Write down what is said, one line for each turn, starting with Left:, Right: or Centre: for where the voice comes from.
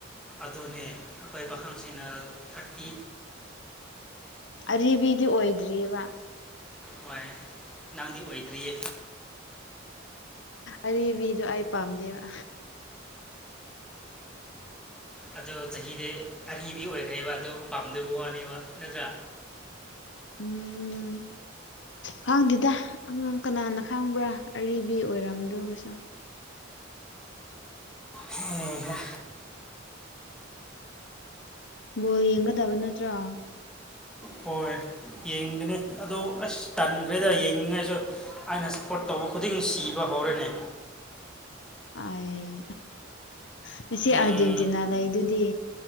Centre: ꯑꯗꯨꯅꯦ ꯑꯩꯈꯣꯏ ꯄꯥꯈꯪꯁꯤꯅ ꯊꯥꯔꯇꯤ
Left: ꯑꯔꯤꯕꯤꯗꯤ ꯑꯣꯏꯗ꯭ꯔꯤꯕ
Centre: ꯍꯣꯏ ꯅꯪꯗꯤ ꯑꯣꯏꯗ꯭ꯔꯤꯌꯦ
Left: ꯑꯔꯤꯕꯤꯗꯣ ꯑꯩ ꯄꯥꯝꯗꯦꯕ
Centre: ꯑꯗꯣ ꯆꯍꯤꯗꯤ ꯑꯔꯤꯕꯤ ꯑꯣꯏꯈ꯭ꯔꯦꯕ ꯗꯣ ꯄꯥꯝꯗꯕ ꯋꯥꯅꯦꯕ ꯅꯠꯇ꯭ꯔꯥ
Left: ꯎꯝ ꯈꯪꯗꯦꯗ ꯑꯉꯥꯡ ꯀꯅꯥꯅ ꯈꯪꯕ꯭ꯔꯥ ꯑꯔꯤꯕꯤ ꯑꯣꯏꯔꯝꯗꯧꯕꯁꯨ
Centre: ꯍꯦꯍꯥ
Left: ꯕꯣꯜ ꯌꯦꯡꯒꯗꯕ ꯅꯠꯇ꯭ꯔꯣ
Centre: ꯍꯣꯏ ꯌꯦꯡꯒꯅꯤ ꯑꯗꯣ ꯑꯁ ꯇꯟꯈ꯭ꯔꯦꯗ ꯌꯦꯡꯅꯤꯡꯉꯥꯏꯁꯨ ꯑꯩꯅ ꯁꯞꯄꯣꯔꯠ ꯇꯧꯕ ꯈꯨꯗꯤꯡ ꯁꯤꯕ ꯍꯧꯔꯦꯅꯦ
Left: ꯑꯩ ꯉꯁꯤ ꯑꯥꯔꯖꯦꯟꯇꯤꯅꯥ
Centre: ꯎꯝ,
Left: ꯂꯩ ꯗꯨꯗꯤ